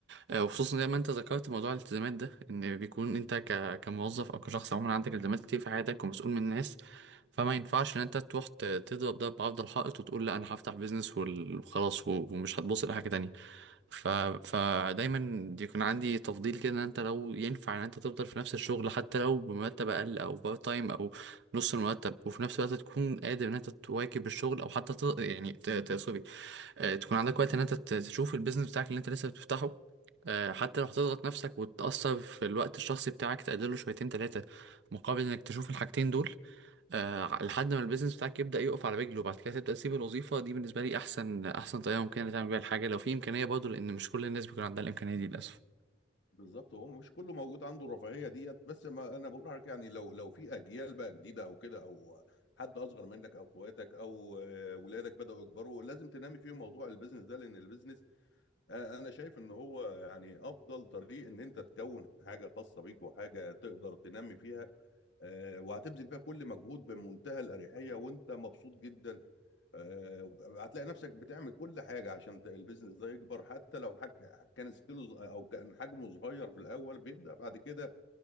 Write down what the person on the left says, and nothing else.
بالظبط هو مش كله موجود عنده الرفاهيه ديت بس ما انا بقول لك يعني لو لو في اجيال بقى جديده او كده او حد اصغر منك او اخواتك او آه، ولادك بداوا يكبروا لازم تنامي فيهم موضوع البيزنس ده لان البيزنس انا أنا شايف ان هو يعني افضل طريق ان انت تكون حاجه خاصه بيك وحاجه تقدر تنمي فيها آه، وهتبذل فيها كل مجهود بمنتهى الاريحيه وانت مبسوط جدا آه، هتلاقي نفسك بتعمل كل حاجه عشان ت- البيزنس ده يكبر حتى لو حج... كان سكيله ص- او كان حجمه صغير في الاول بيبدا بعد كده